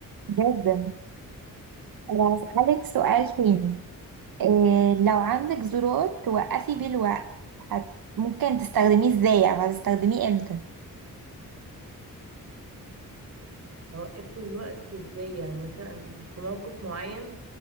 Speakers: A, on the right; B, on the right.
A: جدا طب هسألك سؤال تاني إيه لو عندك زرار توقفي بيه الوقت هت... ممكن تستخدميه ازاي او هتستخدميه امتى
B: اوقفه الوقت ازاي يعني مثلا في موقف معين